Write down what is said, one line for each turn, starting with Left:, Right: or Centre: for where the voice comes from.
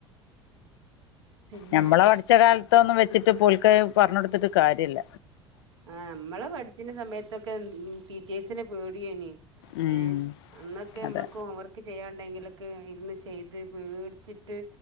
Right: പിന്നെ
Left: ഞമ്മള് പഠിച്ച കാലത്തൊന്നും വെച്ചിട്ട് പോൽക്ക പറഞ്ഞ് കൊടുത്തിട്ട് കാര്യല്ല
Right: ആ നമ്മള് പഠിച്ചിന് സമയത്തൊക്കെ ടീച്ചേഴ്സിനെ പേടിയനി
Left: ഉം
Right: ഏ അന്നൊക്കെ നമ്മൾക്ക്
Left: അതെ
Right: ഹോം വർക്ക് ചെയ്യാണ്ടെങ്കിലോ ഒക്കെ ഇരുന്ന് ചെയ്ത് പേടിച്ചിട്ട്